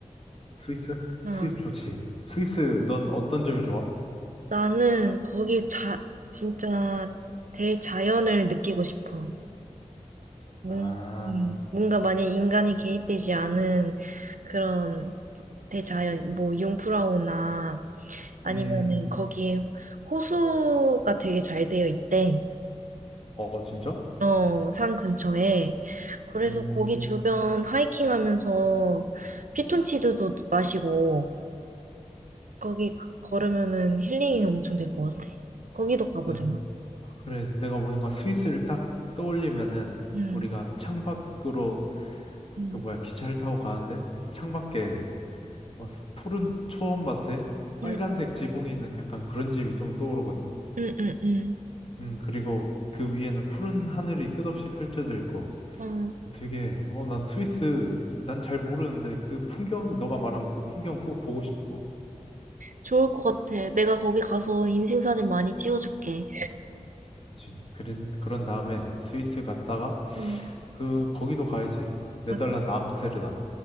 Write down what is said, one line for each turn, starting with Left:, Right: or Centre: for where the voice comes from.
Left: 스위스?
Right: 어,
Left: 스위스 좋지. 스위스 넌 어떤 점이 좋아?
Right: 나는 거기 자, 진짜 대자연을 느끼고 싶어. 뭔-
Left: 아,
Right: 음, 뭔가 만약 인간이 개입되지 않은 그런 대자연, 뭐 융프라우나 아니면은
Left: 음,
Right: 거기에 호수가 되게 잘 되어 있대.
Left: 어 진짜?
Right: 어, 산 근처에. 그래서
Left: 음,
Right: 거기 주변 하이킹 하면서 피톤치드도 마시고 거기 그- 걸으면은 힐링이 엄청 될 것 같아. 거기도 가보자.
Left: 아유, 그래 내가 뭔가 스위스를 딱 떠올리면은
Right: 응.
Left: 우리가 창밖으로
Right: 응.
Left: 그 뭐야 기차를 타고 가는데 창밖에 와, 푸른 초원 밭에 빨간색
Right: 응,
Left: 지붕이 있는 약간 그런 집이 좀 떠오르거든.
Right: 응, 응, 응.
Left: 음, 그리고 그 위에는 푸른 하늘이 끝없이 펼쳐져 있고
Right: 어,
Left: 어, 되게 어, 난 스위스 난 잘 모르는데 그 풍경 너가 말한 그 풍경 꼭 보고 싶어.
Right: 좋을 것 같아. 내가 거기 가서 인생사진 많이 찍어줄게.
Left: 좋지. 그런 그런 다음에 스위스 갔다가
Right: 응.
Left: 그 거기도 가야지. 네덜란드
Right: 아,
Left: 암스테르담.